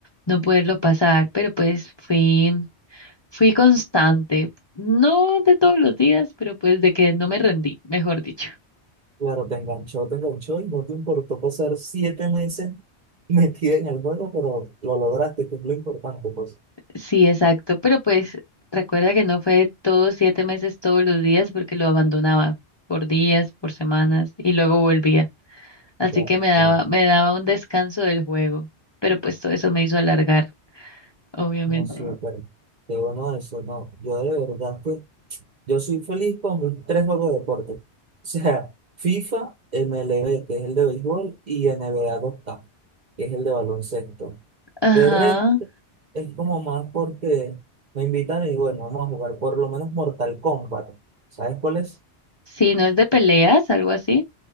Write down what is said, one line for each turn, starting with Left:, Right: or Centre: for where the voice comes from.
Left: no poderlo pasar, pero pues fui Fui constante, no de todos los días, pero pues de que no me rendí, mejor dicho.
Right: Claro, te enganchó, te enganchó y no te importó pasar siete meses <laughs> metida en el juego, pero lo lograste, que es lo importante, pues.
Left: Sí, exacto, pero pues recuerda que no fue todos siete meses todos los días porque lo abandonaba por días, por semanas y luego volvía. Así
Right: Claro,
Left: que me daba,
Right: no,
Left: me daba un descanso del juego, pero pues todo eso me hizo alargar, obviamente.
Right: no, súper. Qué bueno eso, no. Yo de verdad que Yo soy feliz con mis tres juegos de deporte. O sea, FIFA, MLB, que es el de béisbol, y NBA 2K, que es el de baloncesto.
Left: Ajá,
Right: De resto, es como más porque me invitan y bueno, vamos a jugar por lo menos Mortal Kombat. ¿Sabes cuál es?
Left: sí, no es de peleas, algo así.